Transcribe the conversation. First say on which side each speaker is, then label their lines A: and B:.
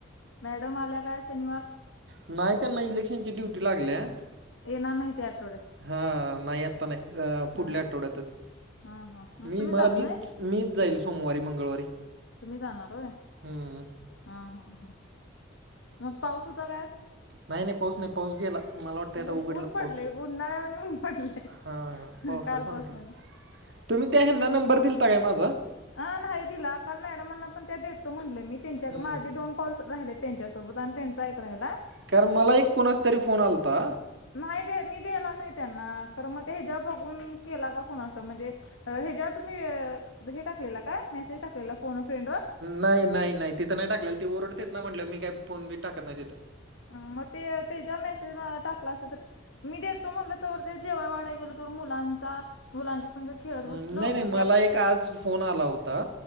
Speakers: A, on the left; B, on the right.
A: मॅडम आल्या का शनिवार.
B: नाही त्यांना इलेक्शनची ड्युटी लागल्या आहे.
A: येणार नाही ते आठवड्यात.
B: हा नाही आता नाही पुढल्या
A: हा
B: आठवड्यातच
A: हा हा मग
B: मी
A: तुम्ही
B: मला
A: जात
B: मीच.
A: नाही
B: मीच जाईल सोमवारी मंगळवारी.
A: तुम्ही जाणार होय
B: हम्म.
A: हा हा ह मग पाऊस होता काय.
B: नाही नाही पाऊोस नाही पाऊोस गेला. मला वाटतं आता
A: ऊन
B: उघडलाच
A: ऊन पडले
B: पाऊस
A: उन्हाळ्यावानी ऊन पडले
B: हा पाऊसाच
A: कालपासून
B: संपला. तुम्ही त्या हना नंबर दिलता काय माझा.
A: ह नाही दिला काल मॅडमांना पण त्या देतो म्हटले मी त्यांच्या
B: हम्म
A: माझे दोन कॉलस राहिले त्यांच्या. सोबत आणि त्यांच ऐक राला
B: कारण मला एक कोणास तरी फोन आलाता.
A: नाही दे मी दला नाही त्यांना कार मग ते हच्या बघून केला का कोुणा असत म्हणजे. हे जेव्हा तुम्ही हे टाकलेलं काय मेसेज टाकलेला. फोन फ्रेंड वर
B: नाही नाही नाही तिथं नाही टाकलेल त ओरडतेत ना म्हटलं मी काही फोन बी टाकत नाही तिथं.
A: ह मग ते ते ज मेसेज टाकला अस तर. मी देतो म्हटलं तर ते जेव्हा वाडाय गेलो तर मुलांचा. मुलांच्या संग खेळत
B: हं,
A: बसलो
B: नाही, नाही.
A: मग त्यात.
B: मला एक आज फोन आला होता.